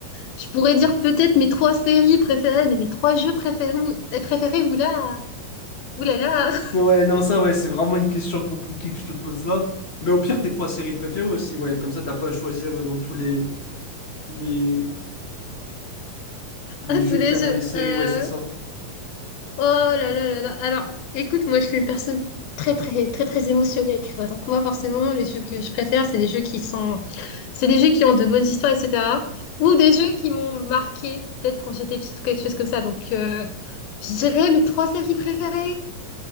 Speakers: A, on the left; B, on the left.
A: Je pourrais dire peut-être mes trois séries préférées, mais mes trois jeux préférés, ou- euh, préférés, ou là, ou là là, <laughs>
B: Ouais, non, ça, ouais, c'est vraiment une question compliquée que je te pose là. Mais au pire, tes trois séries préférées aussi, ouais. Comme ça, t'as pas à choisir euh, dans tous les... Les, les
A: à
B: jeux
A: tous les
B: qu'il y a
A: jeux.
B: dans les séries,
A: Euh,
B: ouais, c'est ça.
A: oh là là là là. Alors, écoute, moi, je suis une personne très très très très émotionnelle, tu vois. Donc moi, forcément, les jeux que je préfère, c'est des jeux qui sont, c'est des jeux qui ont de bonnes histoires, etc. Ou des jeux qui m'ont marqué, peut-être quand j'étais petite, quelque chose comme ça. Donc, euh, je dirais mes trois séries préférées.